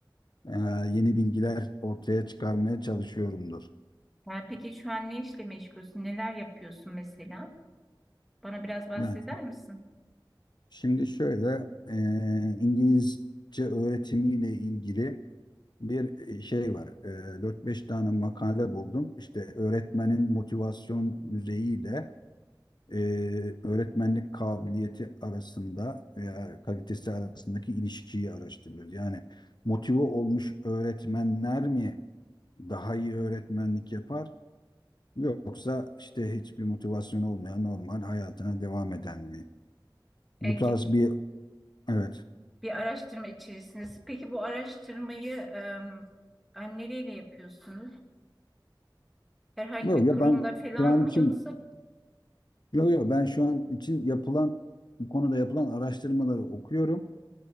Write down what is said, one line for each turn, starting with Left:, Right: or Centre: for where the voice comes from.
Left: Eee, yeni bilgiler ortaya çıkarmaya çalışıyorumdur.
Centre: Yani peki şu an ne işle meşgulsün, neler yapıyorsun mesela? Bana biraz bahseder
Left: Yani
Centre: misin?
Left: şimdi şöyle, eee, İngilizce öğretimiyle ilgili bir şey var. Eee 4-5 tane makale buldum. İşte öğretmenin motivasyon düzeyiyle e, öğretmenlik kabiliyeti arasında veya kalitesi arasındaki ilişkiyi araştırıyoruz. Yani motive olmuş öğretmenler mi daha iyi öğretmenlik yapar yoksa işte hiçbir motivasyon olmayan normal hayatına devam eden mi?
Centre: Ekip
Left: Bu tarz bir evet.
Centre: bir araştırma içerisindesin. Peki bu araştırmayı em, hani nereyle yapıyorsunuz? Herhangi
Left: Yok
Centre: bir kurumla
Left: ya ben
Centre: falan
Left: şu an
Centre: mı
Left: için
Centre: yoksa?
Left: yok yok ben şu an için yapılan bu konuda yapılan araştırmaları okuyorum.